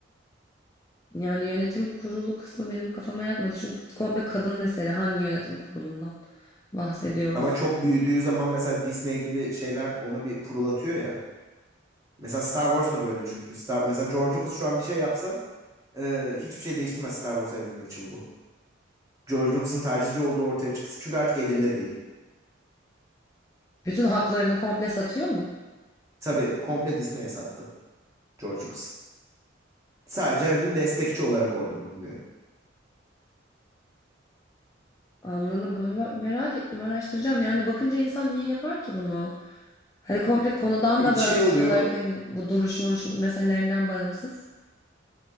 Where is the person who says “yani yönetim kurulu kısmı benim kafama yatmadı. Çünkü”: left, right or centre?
Left